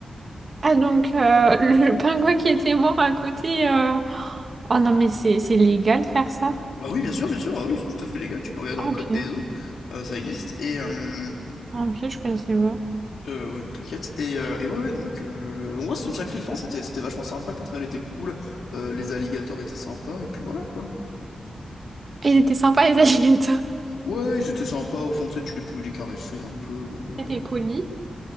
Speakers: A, on the right; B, on the left.
A: Ah, donc euh, <laughs> le pingouin qui était mort à côté. euh, Oh non, mais c'est c'est légal de faire ça?
B: Ah oui, bien sûr, bien sûr, ah oui, c'est tout à fait légal, tu peux regarder dans
A: Ah,
B: le code
A: ok.
B: des eaux, euh, ça existe. Et, euh,
A: Ah, Ok, je connaissais pas.
B: Euh, ouais, t'inquiète. Et, euh, et ouais, ouais, donc, euh, donc ouais, c'est une sacrée expérience, c'était, c'était vachement sympa, le personnel était cool, euh, les alligators étaient sympas, et puis voilà, quoi.
A: Et Ils étaient sympas, les <laughs> alligators.
B: Ouais, ils étaient sympas, au fond, tu sais, tu les pouvais les caresser un peu, bon, voilà,
A: Ils étaient
B: quoi.
A: polis.